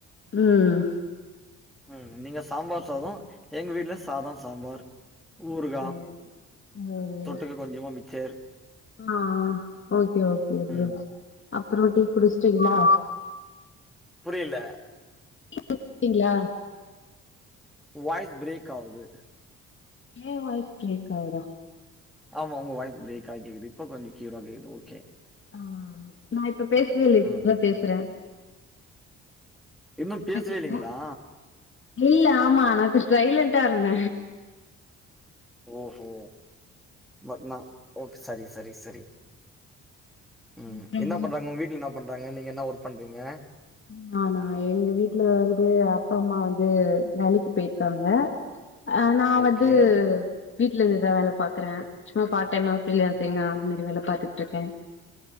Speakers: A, on the left; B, in the centre.
A: ம்
B: ம் நீங்க சாம்பார் சாதோ எங்க வீட்ல சாதோ சாம்பார் ஊருகா
A: ம் ம்
B: தொட்டுக்க கொஞ்சமா மிச்சர்
A: ஆ ஓகே ஓகே ஃப்ரோ
B: ம்
A: அப்றோ டீ குடிச்டீங்ளா
B: புரியில்ல
A: டீ குடிச்சீடீங்ளா
B: வாய்ஸ் ப்ரேக் ஆவுது
A: ஏ வாய்ஸ் ப்ரேக் ஆவ்தா
B: ஆமா உங்க வாய்ஸ் ப்ரேக் ஆகி கேக்குது இப்போ கொஞ்சோ கியூர ஆ கேக்து ஓகே
A: ஆ நா இப்ப பேசவே இல்ல இப்ப
B: ம்
A: தா பேசுறே
B: இன்னு
A: இப்ப
B: பேசவேல்லிங்ளா
A: கேக்குதா இல்ல ஆமா நா இப்ப சைலண்டா இருந்த
B: ஓஹோ பட் நா ஓக் சரி சரி சரி ம்
A: அப்றமா
B: என்ன பண்றாங்க ஒங் வீட்லன்னா பண்றாங்க நீங்க என்ன ஒர்க் பண்றீங்க
A: நானா எங்க வீட்ல வந்து அப்பா அம்மா வந்து வேலக்கி பேய்ர்க்காங்க அ நா
B: ஓகே,
A: வந்து வீட்ல இந்துதா வேல பாக்குற சும்மா பார்ட் டைமா பிரீ ஃலாஞ்சிங்கா அது மேரி வேல பாத்துட்ருக்கே